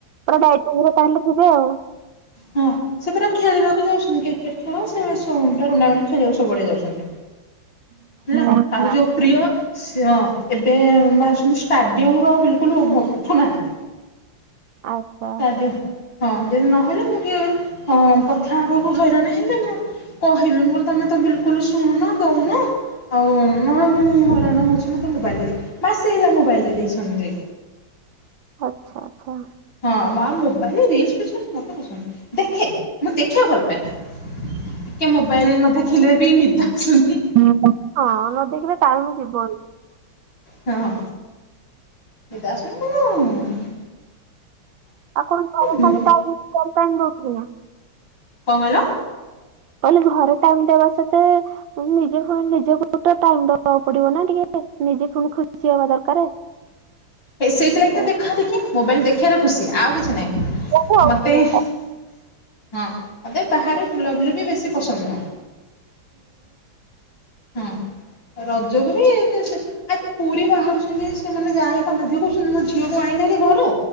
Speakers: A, on the right; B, on the left.
A: ପୁରା ଡା ତାହେଲେ ଥିବେ ଆଉ।
B: ହଁ ସେ ପୁରା ଖେଳିବାକୁ ଯାଉଛନ୍ତି। କ୍ରିକେଟ୍ ଖେଳ, ସେ ସୋ ଟୁର୍ଣ୍ଣାମେଣ୍ଟ ଖେଳିଵାକୁ ସବୁଆଡ଼େ ଯାଉଛନ୍ତି। ହେଲା
A: ଆଚ୍ଛା
B: ତାଙ୍କୁ ଯୋଉ ପ୍ରିୟ ସେ ହ ଏବେ ବାହାରିଛନ୍ତି ଷ୍ଟାଡ଼ିୟମ୍ ରୁ ବିଲୁକୁଲ୍ ଉଠୁନାହାନ୍ତି।
A: ଆଚ୍ଛା।
B: ତାଦିଅ ହଁ ଯଦି ନହେଲେ, ମୁଁ ଟିକେ ହଁ କଥା ହେବାକୁ ହଇରାଣ ହେଲେ, ମୁଁ କହିଲି ମୁ ତମେ ତ ବିଲୁକୁଲ୍ ଶୁଣୁନ ଦୋଉନ। ଆଉ ନା, ମୁଁ ହଇରାଣ ହେଉଛି ମୋତେ ମୋବାଇଲ୍ ଟେ ଦିଅ। ମାସେ ହେଲା ମୋବାଇଲ୍ ଟା ଦେଇଛନ୍ତି ଯେ।
A: ଆଚ୍ଛା ଆଚ୍ଛା।
B: ହଁ ମା ମୋବାଇଲ୍ ରିଲ୍ସ୍ ଫିଲ୍ସ୍ ମତେ ପସନ୍ଦ ନୂହେଁ, ଦେଖେ ମୁଁ ଦେଖିବାକୁ ଭଲ ପାଏ। ଟିକେ ମୋବାଇଲ୍ ନ ଦେଖିଲେ ବି ନିଦ ଆଶୁନି।
A: ହ ପା ହଁ ନ ଦେଖିଲେ ଟାଇମ୍ ଯିବନି।
B: ହଁ। ଏ ଦାସୁନ କ <unintelligible> ନା
A: ଆଉ କଣ ଘର
B: ମୁଁ
A: କାମ ଖାଲି <unintelligible> କରିପାରୁନଥିବ।
B: କଣ କହିଲ?
A: କହିଲି ଘର ଟାଇମ୍ ଦେବା ସ୍ଵତେ ନିଜେ ଫୁଣି ନିଜକୁ ତ ଟାଇମ୍ ଦବାକୁ ପଡିବ ନା ଟିକେ, ନିଜେ ଫୁଣି ଖୁସି ହବା ଦରକାର।
B: <unintelligible> ହେ ସେଇଥିଲାଗିତ
A: ତ
B: ଦେଖା ଦେଖି, ମୋବାଇଲ୍ ଦେଖିବାର ଖୁସି ଆଉ କିଛି ନାହିଁ।
A: ହୁଁ
B: ମୋତେ
A: ହୁଁ
B: <unintelligible> ହଁ ମତେ ବାହାରେ ବୁଲାବୁଲି ବି ବେଶୀ ପସନ୍ଦ ନୁହଁ। ହଁ ରଜକୁ ବି ସେ ଆ ପୁରୀ ବାହାରୁଛନ୍ତି ସେମାନେ ଯା ବାଧ୍ୟ କରୁଛନ୍ତି, ମୋ ଝିଅକୁ ଆଇଁଲେ ହାରିି ଘରୁ,